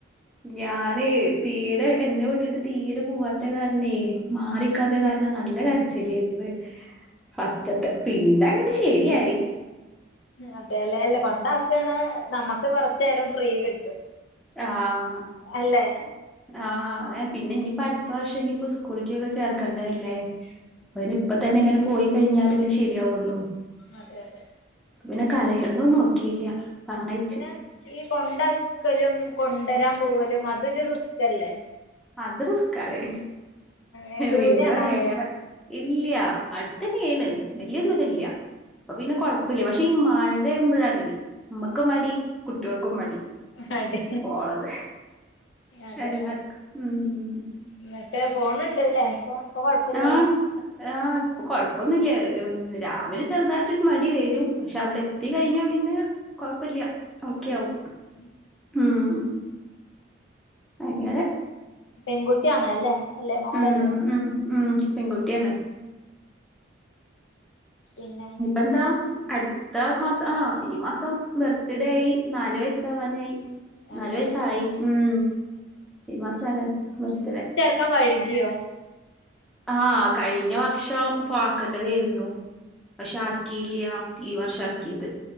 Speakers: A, in the centre; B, on the left (about 65°).
A: ഞാന് തീരെ എന്നെ വിട്ടിട്ട് തീരെ പോവാത്ത കാരണേ മാറിക്കാത്ത കാരണം നല്ല കരച്ചിലായിരുന്ന് ഫസ്റ്റത്തെ പിന്നങ്ങട്ട് ശരിയായി
B: അതെ ലെ അല്ല കൊണ്ടാക്കാണ് നമ്മക്ക് കൊറച്ചെരം ഫ്രീ കിട്ടും
A: ആഹ
B: അല്ലേ
A: ആഹ് അത് പിന്നെ ഇഞ്ഞിപ്പോ അടുത്ത വർഷം ഇഞ്ഞിപ്പോ സ്കൂളിക്കൊക്കെ ചേർക്കേണ്ടല്ലേ അയിന് ഇപ്പ തന്നെ ഇങ്ങനെ പോയി കഴിഞ്ഞാലല്ലേ ശരിയാവുള്ളൂ
B: അതെ അതെ
A: പിന്നെ കരയണത് നോക്കിയില്ല പറഞ്ഞയച്ചു
B: പിന്നെ ഈ കൊണ്ടാക്കലും കൊണ്ടരാൻ പോവലും അതൊരു റിസ്ക് അല്ലേ
A: അത് റിസ്ക്കാണ്
B: ഏ ദൂരെയാണോ
A: പിന്നെ വേറെ ഇല്ല അടുത്തന്നെആണ് വല്യ ദൂരല്ല അപ്പ പിന്നെ
B: അതെ
A: കൊഴപ്പില്ല പക്ഷെ ഈ മഴയാമ്പോഴാണ് ഉമ്മക്ക് മടി കുട്ട്യോൾക്കും മടി
B: ആടി
A: പോണത്
B: അതെ
A: എല്ലാർക്കും ഉം
B: ന്നിട്ട് പോന്നുണ്ട്ല്ലേ ഇപ്പൊ ഇപ്പൊ കൊഴപ്പല്ലല്ലോ?
A: ആഹ് ആഹ് ഇപ്പൊ കൊഴപ്പൊന്നില്ല രാവിലെ ചെറുതായിട്ടൊരു മടി വരും പക്ഷെ അവിടെ എത്തി കഴിഞ്ഞാ പിന്നെ കൊഴപ്പില്ല ഓക്കെ
B: അത്
A: ആവും
B: ശരി
A: ഉം അങ്ങനെ
B: പെൺകുട്ടിയാണ അല്ലേ അല്ലെ മോളെല്ലേ
A: ഉം ഉം ഉ പെൺകുട്ടിയാണ്
B: പിന്നെ
A: എന്താ പഠിത് അട്ത്ത മാസം ആഹ ഈ മാസം ബർത്ത്ഡേ ആയി നാലു വയസ ആവാനായി
B: അതെ
A: നാല് വയസായി ഉം ഈ മാസാണ് ബർതിഡേ
B: ക്ക വഴുകിയോ
A: ആഹ കഴിഞ്ഞ വർഷം ആക്കണ്ടതായിരുന്നു പക്ഷെ ആക്കി ഇല്ലയാ ഇ വർഷക്കിയത്